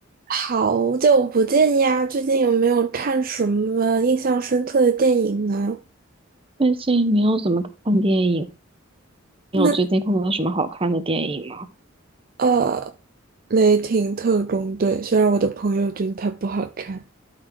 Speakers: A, on the right; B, on the right.
A: 好久不见呀，最近有没有看什么印象深刻的电影呢？
B: 最近没有怎么看电影，你有最近看到什么好看的电影吗？
A: 那呃，《雷霆特工队》，虽然我的朋友觉得它不好看，